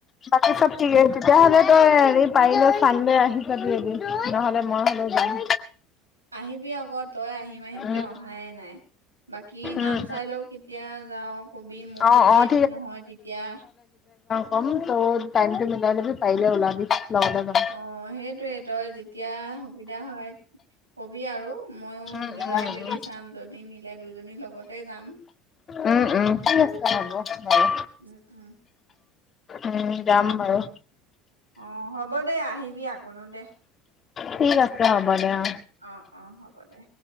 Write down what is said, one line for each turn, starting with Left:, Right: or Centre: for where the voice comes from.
Left: বাকী চব ঠিক আছে, তেতিয়াহ'লে তই হেৰি পাৰিলে চান দে আহি চাবি এদিন নহ'লে মই হলেওঁ যাম।
Right: আহিবি আগত তই আহিম, আহিম
Left: উম,
Right: কে
Left: উম,
Right: অহায়ে নাই, বাকী নাম
Left: উম,
Right: চাই লওঁ কেতিয়া যাওঁ, ক'বি মোৰ
Left: অ',
Right: যদি
Left: অ',
Right: এইটো নহয় তেতিয়া
Left: কমটো টাইম টো মিলাই ল'বি পাৰিলে ওলাবি। লগতে যাম।
Right: অ', সেইটোৱে। তই যেতিয়া সুবিধা হয় ক'বি আৰু। ময়ো
Left: উম,
Right: মিলাই
Left: উম,
Right: মেলি
Left: উম,
Right: চাম, যদি মিল লে দুইজনীৰ লগতে যাম।
Left: উম, উম, ঠিক আছে, হ'ব। বাৰু।
Right: উম, উম।
Left: উম, যাম বাৰু।
Right: অ', হ'ব দে আহিবি আকনো দে।
Left: ঠিক আছে, হ'ব দে, অ'।
Right: অ', অ', হ'ব দে।